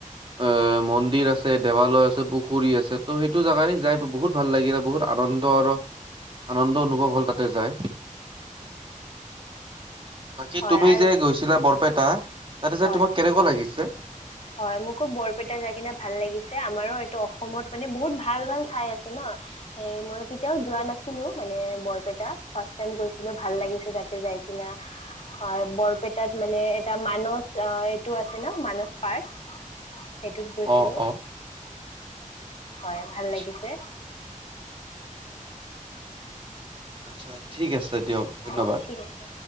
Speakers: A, on the right; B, on the left.
A: এ মন্দিৰ আছে দেৱালয় আছে পুখুৰী আছে ত' সেইটো জেগালে যাই বহুত ভাল লাগিলে বহুত আনন্দ আৰু আনন্দ অনুভৱ হ'ল তাতে যায় বাকী
B: হয়
A: তুমি
B: আৰু
A: যে গৈছিলা বৰপেটা তাতে যে
B: হয়।
A: তোমাক কেনেকুৱা লাগিছে?
B: হয় মোকো বৰপেটা যাই কিনে ভাল লাগিছে আমাৰো এইটো অসমত মানে বহুত ভাল ভাল ঠাই আছে ন এ মই কেতিয়াও যোৱা নাছিলো মানে বৰপেটা ফাৰ্ষ্ট টাইম গৈছিলো ভাল লাগিছে তাতে যাই কিনে হয় বৰপেটাত মানে এটা মানস এইটো আছে ন মানস পাৰ্ক সেইটোত
A: অ',
B: গৈছিলো
A: অ',
B: হয় ভাল
A: আচ্ছা,
B: লাগিছে
A: আত্ছা ঠিক আছে তেতিয়াক ধন্যবাদ
B: অ ঠিক আছে।